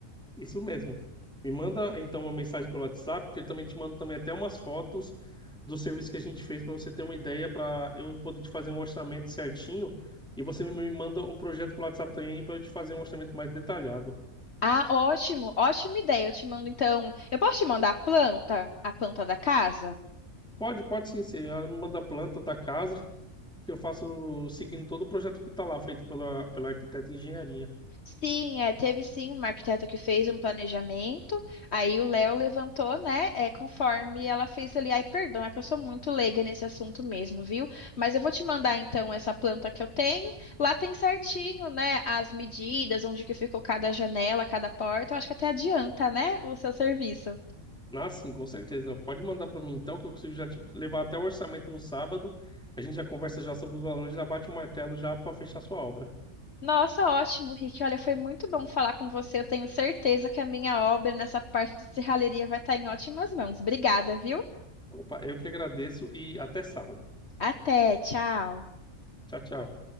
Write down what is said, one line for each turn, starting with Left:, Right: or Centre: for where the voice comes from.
Centre: Isso mesmo. Me manda então uma mensagem pelo WhatsApp, que eu também te mando também até umas fotos do serviço que a gente fez para você ter uma ideia, para eu poder te fazer um orçamento certinho. E você me manda o projeto pelo WhatsApp também para eu te fazer um orçamento mais detalhado.
Left: Ah, ótimo, ótima ideia. Eu te mando então. Eu posso te mandar a planta, a planta da casa?
Centre: Pode, pode sim, sim. Ela me manda a planta da casa, que eu faço seguindo todo o projeto que está lá, feito pela, pela arquiteta e engenharia.
Left: Sim, é, teve sim uma arquiteta que fez um planejamento, aí o Léo levantou, né, é, conforme ela fez ali. Ai, perdão, é que eu sou muito leiga nesse assunto mesmo, viu? Mas eu vou te mandar então essa planta que eu tenho. Lá tem certinho, né, as medidas, onde que ficou cada janela, cada porta. Eu acho que até adianta, né, o seu serviço.
Centre: Ah, sim, com certeza. Pode mandar para mim então, que eu consigo já te levar até o orçamento no sábado. A gente já conversa já sobre os valores, já bate o martelo já para fechar sua obra.
Left: Nossa, ótimo, Rick. Olha, foi muito bom falar com você. Eu tenho certeza que a minha obra nessa parte de serralheria vai estar em ótimas mãos. Obrigada, viu?
Centre: Opa, eu que agradeço e até sábado.
Left: Até, tchau.
Centre: Tchau, tchau.